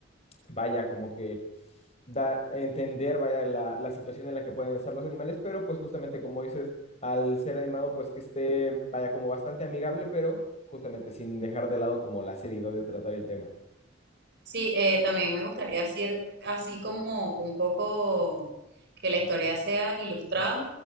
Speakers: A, on the left; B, on the right.
A: vaya, como que da, entender, vaya, la, la situación en la que pueden estar los animales, pero pues justamente como dices, al ser animado, pues que esté, vaya, como bastante amigable, pero justamente sin dejar de lado como la seriedad de tratar el tema.
B: Sí, eh, también me gustaría hacer así como un poco que la historia sea ilustrada,